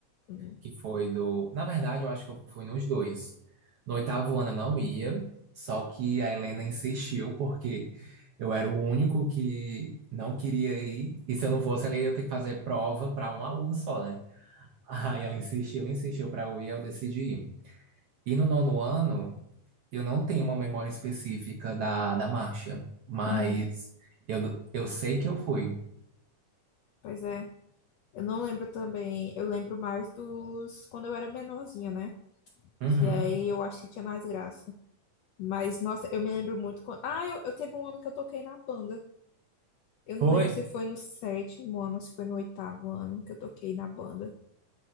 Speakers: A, on the left; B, on the right.
A: Hum.
B: que foi do. Na verdade, eu acho que eu fui nos dois. No oitavo ano eu não ia, só que a Helena insistiu, porque eu era o único que não queria ir, e se eu não fosse, ela ia ter que fazer prova para um aluno só, né? Aí ela insistiu, insistiu para eu ir, eu decidi ir. E no nono ano, eu não tenho uma memória específica da, da marcha, mas
A: Uhum.
B: eu, eu sei que eu fui.
A: Pois é, eu não lembro também. Eu lembro mais dos quando eu era menorzinha, né?
B: Uhum.
A: Que aí eu acho que tinha mais graça. Mas, nossa, eu me lembro muito. Quando... Ah, eu, eu teve um ano que eu toquei na banda. Eu
B: Foi.
A: não lembro se foi no sétimo ano ou se foi no oitavo ano que eu toquei na banda,